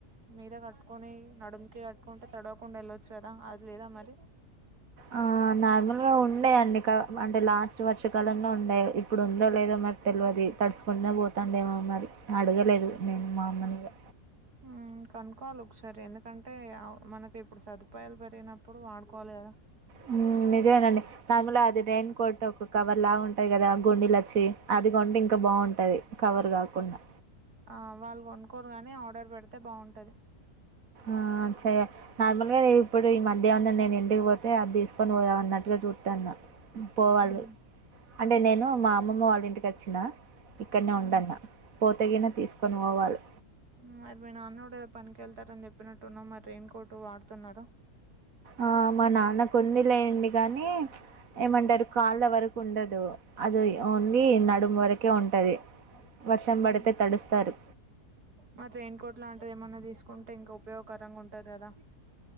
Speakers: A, on the right (about 80°); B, on the right (about 60°).
A: మీద కట్టుకొని నడుముకి కట్టుకుంటే తడవకుండా వెళ్ళొచ్చు కదా అది లేదా మరి
B: ఆ నార్మల్గా ఉండేయండి కా అంటే లాస్ట్ వర్షాకాలంలో ఉండే ఇప్పుడు ఉందో లేదో మరి తెలవది తడుసుకుంటనే పోతందేమో మరి అడగలేదు నేను మా అమ్మనిగా
A: మ్మ్ కనుక్కోవాలి ఒకసారి ఎందుకంటే మనకి ఇప్పుడు సదుపాయాలు పెరిగినప్పుడు వాడుకోవాలి కదా
B: హుమ్ నిజమేనండి నార్మల్గా అది రెయిన్ కోట్ ఒక కవర్ లాగా ఉంటాయి కదా గుండిలచ్చి అది కొంటె ఇంకా బాగుంటది కవర్ కాకుండా
A: ఆ వాళ్ళు కొనుక్కోరు కాని ఆర్డర్ పెడితే బాగుంటది
B: ఆ చేయ నార్మల్గా నే ఇప్పుడు ఈ మధ్య ఏమన్నా నేను ఇంటికి పోతే అది తీసుకొని పోదాం అన్నట్టుగా చూత్తాన్న పోవాలి
A: మ్మ్
B: అంటే నేను మా అమ్మమ్మ వాళ్ళ ఇంటికి వచ్చినా ఇక్కడనే
A: మ్మ్
B: ఉండన్న పోతేగిన
A: మ్మ్
B: తీసుకొని పోవాలి
A: మరి మీ నాన్న కూడా ఏదో పనికి వెళ్తారని చెప్పినట్టున్నవ్ మరి రైయిన్ కోట్ వాడుతున్నార
B: ఆ మా నాన్న కుందిలేండి కానీ ఏమంటారు కాళ్ళ వరకు ఉండదు అది ఓన్లీ నడుము వరకే ఉంటది వర్షం పడితే
A: మ్మ్
B: తడుస్తారు
A: మరి రెయిన్ కోట్ లాంటిది ఏమన్నా తీసుకుంటే ఇంకా ఉపయోగకరంగా ఉంటది కదా